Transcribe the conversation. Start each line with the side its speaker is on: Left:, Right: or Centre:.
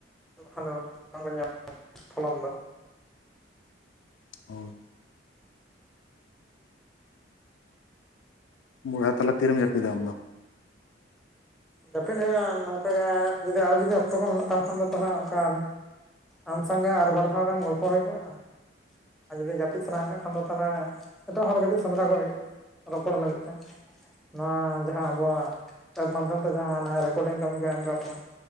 Centre: ᱟᱫᱚ ᱵᱟᱝᱵᱚᱱ ᱧᱟᱢᱟ ᱯᱷᱚᱞᱚᱱ ᱫᱚ <unintelligible>
Left: ᱦᱳᱭ ᱵᱚᱭᱦᱟ ᱛᱟᱦᱞᱮ ᱛᱤᱨᱮᱢ ᱡᱟᱹᱯᱤᱫᱟ ᱟᱢ ᱫᱚ?
Centre: ᱡᱟᱹᱯᱤᱫ ᱦᱩᱭᱩᱜᱼᱟ ᱱᱚᱝᱠᱟ ᱜᱮ ᱡᱩᱫᱤ ᱟᱨᱦᱚᱸ ᱡᱩᱫᱤ ᱚᱠᱛᱚ ᱠᱚ ᱢᱮᱱᱟᱜ ᱛᱟᱢ ᱠᱷᱟᱱ ᱫᱚ ᱛᱟᱦᱚᱞᱮ ᱚᱱᱠᱟ ᱟᱢ ᱥᱟᱝ ᱜᱮ ᱟᱨ ᱵᱟᱨ ᱫᱷᱟᱣ ᱜᱟᱱ ᱜᱚᱞᱯᱷᱚ ᱦᱩᱭ ᱠᱚᱜᱼᱟ ᱾ ᱟᱨ ᱡᱩᱫᱤ ᱡᱟᱹᱯᱤᱫ ᱥᱟᱱᱟᱣ ᱢᱮ ᱠᱷᱟᱱ ᱫᱚ ᱛᱟᱦᱚᱞᱮ ᱮᱴᱟᱜ ᱦᱚᱲ ᱠᱟᱹᱴᱤᱡ ᱥᱮᱸᱫᱽᱨᱟ ᱠᱚ ᱦᱩᱭᱩᱜᱼᱟ ᱨᱚᱯᱚᱲ ᱞᱟᱹᱜᱤᱫ ᱛᱮ᱾ ᱱᱚᱣᱟ ᱡᱟᱦᱟᱸ ᱟᱵᱚᱣᱟᱜ ᱮᱯ ᱢᱟᱫᱽᱫᱷᱚᱢ ᱛᱚ ᱡᱟᱦᱟ ᱚᱱᱟ ᱨᱮᱠᱚᱨᱰᱤᱝ ᱠᱟᱹᱢᱤ ᱠᱚ ᱮᱢ ᱠᱟᱜ ᱵᱩᱱᱟ